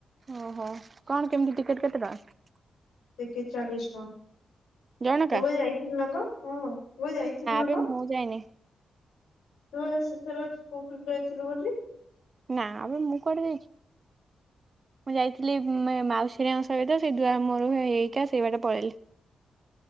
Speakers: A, on the right; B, on the left.
A: ଓହୋ କଣ କେମିତି ଟିକେଟ କେତେ ଟଙ୍କା?
B: ଟିକେଟ ଚାଳିଶ ଟଙ୍କା,
A: ଜଣକା?
B: ତୁ ପା ଯାଇଥିଲୁ ନା କଣ? ତୁ ପା ଯାଇଥିଲୁ ନା
A: ବେ
B: କଣ?
A: ମୁଁ ଯାଇନି
B: ତୁ ପା ସେଥରକ କହୁଥିଲୁ ଯାଇଥିଲୁ ବୋଲି।
A: ନା ବେ, ମୁଁ କୁଆଡ଼େ ଯାଇଚି। ମୁଁ ଯାଇଥିଲି ମାଉସୀ ହେରିକାଙ୍କ ସହିତ, ସେ ଦୁଆର ମୁଁହରୁ ହେଇ ହେଇକା ସେଇ ବାଟେ ପଳେଇଲି।